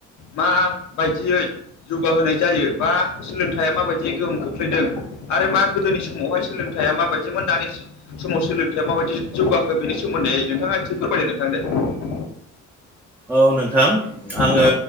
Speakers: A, on the left (about 70°); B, in the centre.
A: माबायदियै जौगाहोनाय जायो बा सोलोंथाइया माबायदि गोहोम खोख्लैदों आरो मा गोदोनि समावहाय सोलोंथाइया माबायदिमोन दानि समाव सोलोंथाइया माबायदि जौगाखो बेनि सोमोन्दै नोंथाङा एसे फोरमायदो नोंथां दे।
B: औ नोंथां आंङो
A: औ